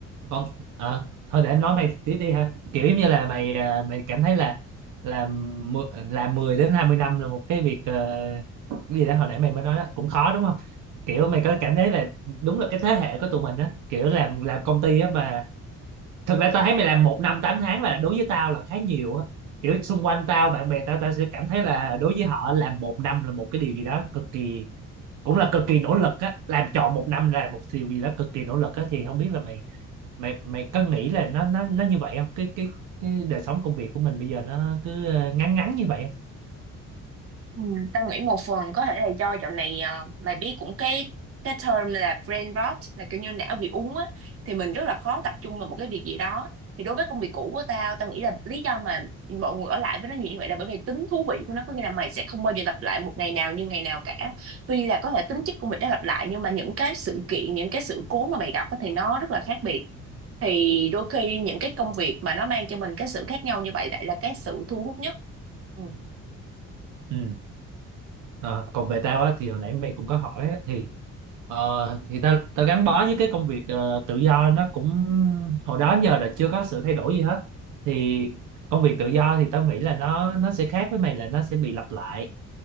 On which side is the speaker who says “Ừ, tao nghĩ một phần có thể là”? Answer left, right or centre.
Right